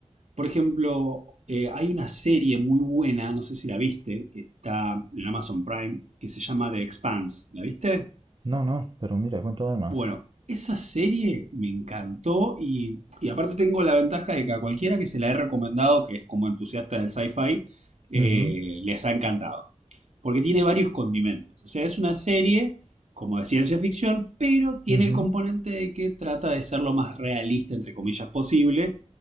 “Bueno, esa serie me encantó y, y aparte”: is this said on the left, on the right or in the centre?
Right